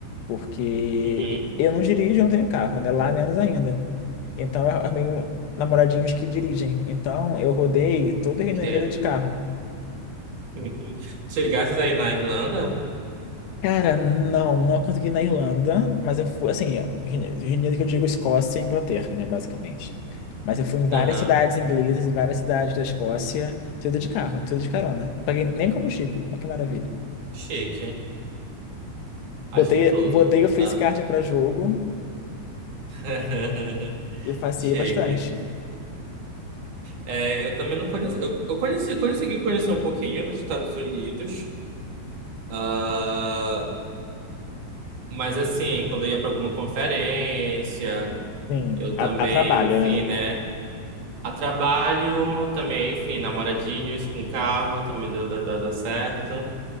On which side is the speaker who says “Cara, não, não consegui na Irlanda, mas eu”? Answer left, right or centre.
Left